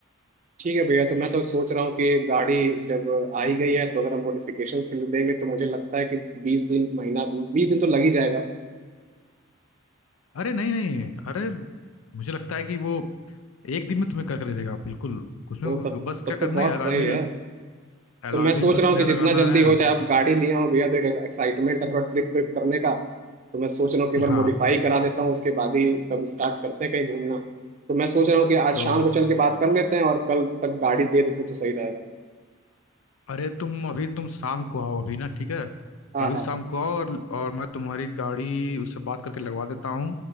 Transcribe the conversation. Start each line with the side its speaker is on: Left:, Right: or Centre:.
Right: ठीक है भैया तो मैं तो सोच रहा हूँ कि गाड़ी जब आई गई है तो अगर हम मॉडिफिकेशंस के लिए देंगे तो मुझे लगता है कि बीस दिन महीना बीस दिन तो लग ही जाएगा
Left: अरे नहीं नहीं अरे मुझे लगता है कि वो एक दिन में तुम्हें कर कर दे देगा बिल्कुल उसमें
Right: तो तब
Left: बस
Right: तब
Left: क्या करना
Right: तो बहुत
Left: है अलॉयविल
Right: सही है
Left: अलॉयविल
Right: तो मैं सोच
Left: बस
Right: रहा हूँ
Left: नया
Right: कि जितना
Left: लगाना
Right: जल्दी
Left: है
Right: हो जाए अब गाड़ी लिया हूँ भैया तो एक एक्साइटमेंट है थोड़ा ट्रिप ट्रिप करने का तो मैं सोच रहा हूँ कि एक बार
Left: हाँ
Right: मॉडिफाई करा देता हूँ उसके बाद ही तब स्टार्ट करते हैं कहीं घूमना तो मैं सोच रहा हूँ कि आज
Left: तो
Right: शाम को चल के बात कर लेते हैं और कल तक गाड़ी दे देते तो सही रहेगा
Left: अरे तुम अभी तुम शाम को आओ अभी ना ठीक है
Right: हाँ
Left: अभी
Right: हाँ
Left: शाम को आओ और, और मैं तुम्हारी गाड़ी उससे बात करके लगवा देता हूँ